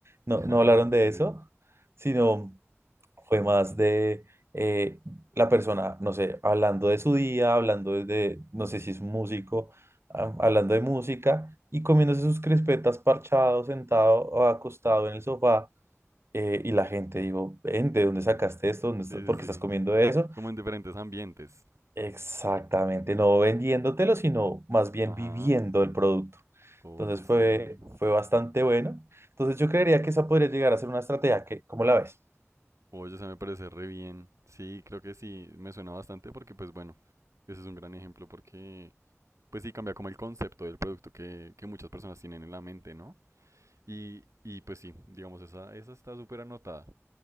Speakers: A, on the right; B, on the right.
A: No,
B: <laughs> Ajá,
A: no hablaron
B: Sí,
A: de
B: sí,
A: eso,
B: sí.
A: sino fue más de eh, la persona, no sé, hablando de su día, hablando de, no sé si es músico, ah, hablando de música y comiéndose sus crispetas parchado, sentado o acostado en el sofá eh, y la gente, digo, "Ven, ¿de dónde sacaste esto? ¿Dónde
B: Sí,
A: estás? ¿Por
B: sí, sí.
A: qué estás comiendo eso?
B: Como en diferentes ambientes.
A: Exactamente, no vendiéndotelo, sino más bien
B: Ajá.
A: viviendo el producto.
B: Oye,
A: Entonces
B: sí.
A: fue, fue bastante bueno. Entonces yo creería que esa podría llegar a ser una estrategia que, ¿cómo la ves?
B: Oye, se me parece re bien. Sí, creo que sí, me suena bastante porque, pues bueno, ese es un gran ejemplo porque pues sí cambia como el concepto del producto que, que muchas personas tienen en la mente, ¿no? Y, y pues sí, digamos, esa, esa está súper anotada.